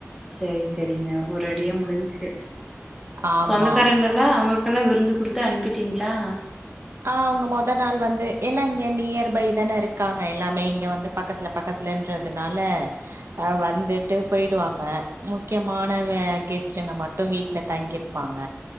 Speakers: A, in the centre; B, on the right.
A: சேரி சேரிங்க ஒரடியா முடிஞ்ச்சு
B: ஆமா
A: சொந்தக்காரங்கல்லா
B: ஆமா ஆமா
A: அவங்களுக் ல்லா விருந்து குடுத்து அனுப்பிட்டீங்களா
B: ஆ அவங்க மொத நாள் வந்து எல்லா இங்க நியர் பை தான இருக்காங்க எல்லாமே இங்க வந்து பக்கத்துல பக்கத்துலன்றதுனால அ வந்துட்டு போய்டுவாங்க முக்கியமானவ கெஸ்ட்டுங்க மட்டு வீட்டுல தங்கியிருப்பாங்க